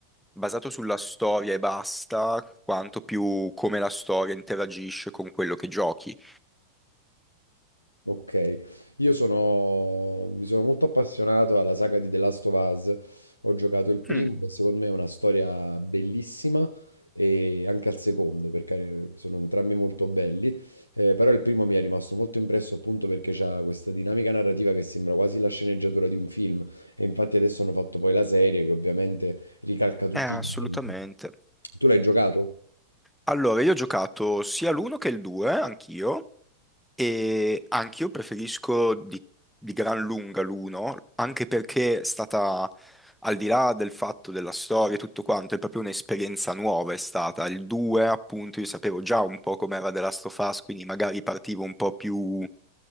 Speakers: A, in the centre; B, on the left.
A: basato sulla storia e basta, quanto più come la storia interagisce con quello che giochi.
B: Ok, io sono, mi sono molto appassionato alla saga di The Last of Us. Ho giocato il primo,
A: Mm,
B: che secondo me è una storia bellissima, e anche al secondo, perché sono entrambi molto belli. Eh, però il primo mi è rimasto molto impresso appunto perché c'ha questa dinamica narrativa che sembra quasi la sceneggiatura di un film. E infatti adesso hanno fatto poi la serie che ovviamente ricalca tutti
A: eh,
B: gli
A: assolutamente.
B: elementi. Tu l'hai giocato?
A: Allora, io ho giocato sia l'uno che il 2, anch'io, e anch'io preferisco di, di gran lunga l'uno, anche perché è stata, al di là del fatto della storia e tutto quanto, è proprio un'esperienza nuova è stata. Il 2, appunto, io sapevo già un po' com'era The Last of Us, quindi magari partivo un po' più,